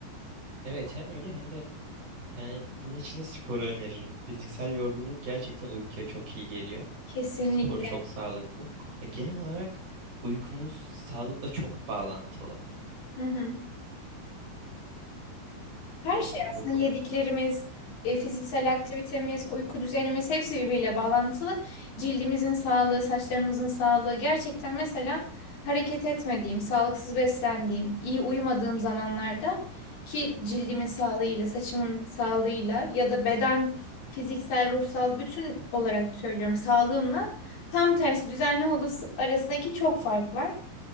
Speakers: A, on the right; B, on the left.
A: Evet hem öyle hem de yani bunun için de sporu öneririm. Fiziksel yorgunluk gerçekten uykuya çok iyi geliyor.
B: Kesinlikle.
A: Spor çok sağlıklı. Ya genel olarak uykumuz sağlıkla çok bağlantılı.
B: Hı hı. Her
A: Yani
B: şey
A: o
B: aslında yediklerimiz, e, fiziksel aktivitemiz, uyku düzenimiz hepsi birbiriyle bağlantılı. Cildimizin sağlığı, saçlarımızın sağlığı. Gerçekten mesela hareket etmediğim, sağlıksız beslendiğim, iyi uyumadığım zamanlarda ki cildimin sağlığıyla, saçımın sağlığıyla ya da beden, fiziksel, ruhsal bütün olarak söylüyorum sağlığımla tam tersi düzenli olduğu arasındaki çok fark var.